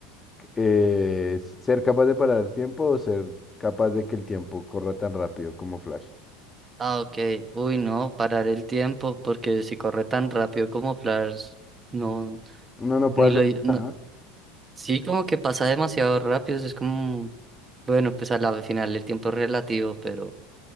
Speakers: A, on the left; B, on the right.
A: eh, ser capaz de parar el tiempo o ser capaz de que el tiempo corra tan rápido como Flash.
B: Ah, ok. Uy, no, parar el tiempo, porque si corre tan rápido como Flash, no,
A: Uno no puede
B: ni lo...
A: hacer
B: no-
A: nada, ¿no?
B: Sí, como que pasa demasiado rápido, es como... Bueno, pues a la final el tiempo es relativo, pero,